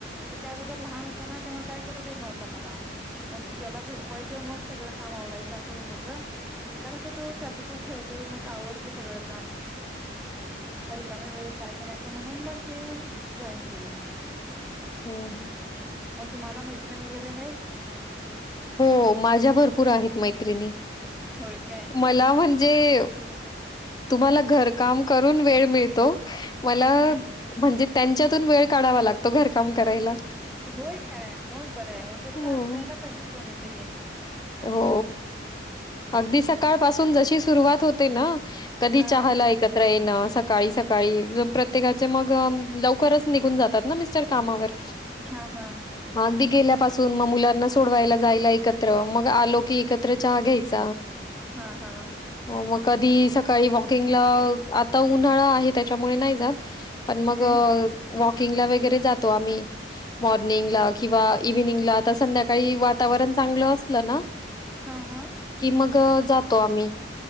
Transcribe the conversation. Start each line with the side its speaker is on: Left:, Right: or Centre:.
Centre: ह्याच्या अगोदर लहान होता ना तेव्हा काय करू देत नव्हता मला मग त्याला झोपवाय चं मग सगळं काम आवरायचं असं होत होत आता कसं तो त्याच तो खेळतोय मग आवरडते सगळं काम अ रिकाम्या वेळे त काय करायच म्हणून मग हे जॉईन केलं मग
Left: हं, हं.
Centre: मग तुम्हाला मैत्रिणी वगैरे आहेत
Left: हो माझ्या भरपूर आहेत मैत्रिणी
Centre: होय काय
Left: मला म्हण म्हे तुम्हाला घरकाम करून वेळ मिळ तो मला
Centre: हा
Left: म्हणजे त्यांच्यातून वेळ काढावा लागतो घरकाम करायला
Centre: होय काय मग बरं आहे व तस
Left: हो.
Centre: असायला पाहिजे कोणीतरी
Left: हो
Centre: होय.
Left: अगदी सकाळ पासून जशी सुरुवात होते ना कधी
Centre: हा.
Left: चहाला एकत्र ये न सकाळी सकाळी प्रत्येकाचे मग लवकरच निघून जातात ना मिस्टर कामावर
Centre: हा हा
Left: मग अगदी गेल्यापासून मग मुलांना सोडवायला जायला एकत्र मग आलो की एकत्र चहा घ्यायच
Centre: हा, हा.
Left: हो मग कधी सकाळी वॉकिंगला आता उन्हाळा आहे त्याच्यामुळे नाही जात पण मग
Centre: हम्म.
Left: वॉकिंग ला वगैरे जातो आम्ही मॉर्निंगला किंवा इव्हिनिंगला आता संध्याकाळी वातावरण चांगलं असलं ना
Centre: हा, हा.
Left: कि मग जातो आम्ही